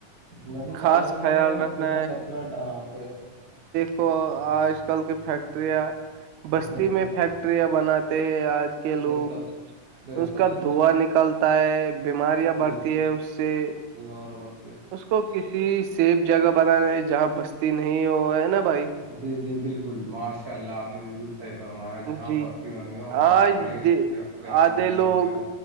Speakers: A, on the right (about 65°); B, on the right (about 80°).
A: ند
B: خاص
A: تال گ ہو
B: خیال
A: میں کرا
B: رکھنا
A: پڑا کچراٹ ہاں بیس
B: کو آج کل کے فیکٹریاں بستی
A: بے
B: میں
A: شک
B: فیکٹریاں بناتے ہیں آج کے لوگ
A: بے شک بے
B: اس
A: شک
B: کا دھواں نکلتا ہے بیماریاں
A: جی
B: بڑھتی ہے اس سے ہ
A: بیمار پڑتا
B: اس کو کسی سیب جگہ بنانا ہے جہاں بستی نہیں ہوا ہے نا بھائی
A: جی جی بالکل ماشاء اللہ آپ نے بالکل صحیح فرمایا جہاں
B: جی
A: بستی نہیں ہوئی ہو وہاں
B: آج
A: کھولےسی
B: دے-
A: فیکٹریاں
B: آدھے
A: کمپنی
B: لوگ
A: وغیرہ